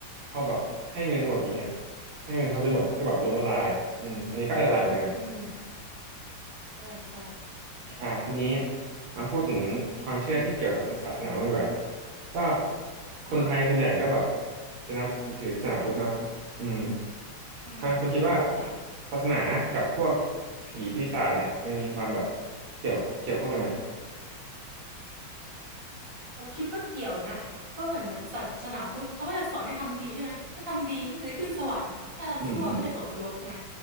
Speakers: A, on the right (about 80°); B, on the right (about 30°).
A: พอแบบให้เงินหมดอย่างเงี้ยให้เงินเขาจนหมดก็แบบล้มละลายอืมอันนี้ก็อันตรายเหมือนกัน
B: อืมใช่ใช่
A: อ่าทีนี้มาพูดถึงความเชื่อที่เกี่ยวกับศาสนาบ้างดีกว่าก็คนไทยส่วนใหญ่ก็แบบ
B: อ่า
A: จะนับถือศาสนาพุทธเนาะอืม
B: อืม
A: อ่าคุณคิดว่า
B: ได้
A: ศาสนากับพวกผีปีศาจเนี่ยมันมีความแบบเกี่ยวเกี่ยวข้องกันไหม
B: เราคิดว่าเกี่ยวนะเพราะเหมือนแบบศาสนาพุทธเขาก็จะสอนให้ทำดีใช่ไหมถ้าทำดีก็จะได้ขึ้นสวรรค์ถ้าทำชั่วก็จะตกนรกใช่ไหม
A: อืมอืม